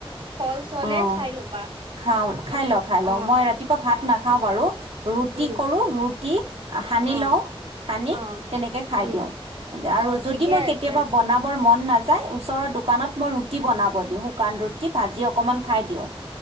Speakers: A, on the right; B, on the right.
A: ফল চলে
B: অ',
A: খাই ল'বা
B: খাওঁ খাই
A: মানে
B: লওঁ, খাই লওঁ
A: অ
B: মই ৰাতিপুৱা ভাত নাখাও বাৰু। ৰুটি
A: উম
B: কৰোঁ, ৰুটি সানি
A: অ
B: লওঁ। সানি
A: অ
B: তেনেকে খাই
A: উম
B: দিওঁ আৰু
A: অ
B: যদি
A: ঠিকে
B: মই কেতিয়াবা
A: আছে
B: বনাবৰ মন নাযায় ওচৰৰ দোকানত মই ৰুটি বনাব দিওঁ, শুকান ৰুটি, ভাজি অকমান খাই দিওঁ।